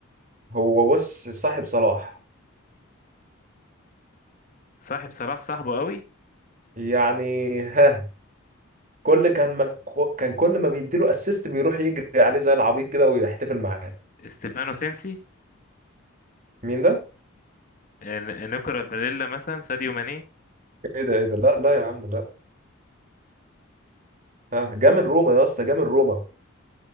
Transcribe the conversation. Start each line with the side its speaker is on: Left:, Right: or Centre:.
Right: هو بص صاحب صلاح
Left: صاحب صلاح صاحبه قوي
Right: يعني ها كل كان ما كان كل ما بيديله اسيست بيروح يجري عليه زي العبيط كده ويحتفل معاه
Left: استيفانو سينسي
Right: مين ده؟
Left: آه، ن- نيكولا باريلا مثلا ساديو ماني
Right: ايه ده ايه ده؟ لا لا يا عم لا ها جه من روما يا اسطى جه من روما